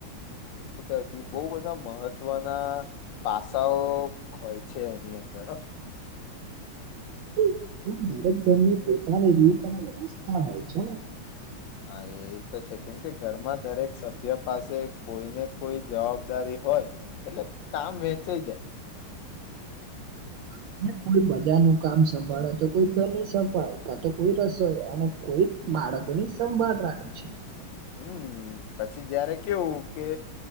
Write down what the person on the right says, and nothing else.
બિલકુલ. અને દરેક ઘરની પોતાની રીત અને વ્યવસ્થા હોય છેને
<inaudible> અને કોઈ બજાર નું કામ સંભાળે તો કોઈ ઘરની સફાઈ કા તો કોઈ રસોઈ અને કોઈ બા બાળકોની સંભાળ રાખે છે